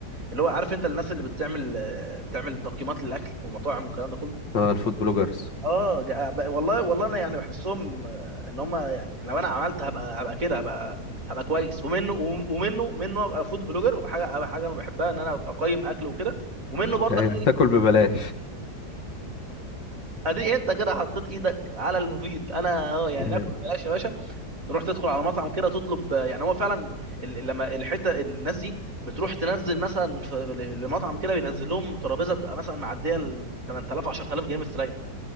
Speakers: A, on the right (about 50°); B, on the left (about 90°).
A: اللي هو عارف انت الناس اللي بتعمل آه، بتعمل تقييمات للاكل والمطاعم والكلام ده كله
B: اه الفود بلوجرز
A: اه جا- ب- والله والله انا يعني بحسهم آه، ان هم يعني لو انا عملت هبقى هبقى كده هبقى هبقى كويس ومنه ومنه منه ابقى فود بلوجر وبحاجه أبقى حاجه انا بحبها ان انا اقيم اكل وكده ومنه
B: <laughs>
A: برضك ايه
B: تاكل ببلاش
A: ادي انت كده حطيت ايدك على المفيد انا اه يعني
B: <laughs>
A: ناكل ببلاش يا باشا نروح تدخل على مطعم كده تطلب يعني هو فعلا ال- لما الحته الناس دي بتروح تنزل مثلا في المطعم كده بينزل لهم ترابيزه بتبقى مثلا معديه ال 8000 10000 جنيه مستريح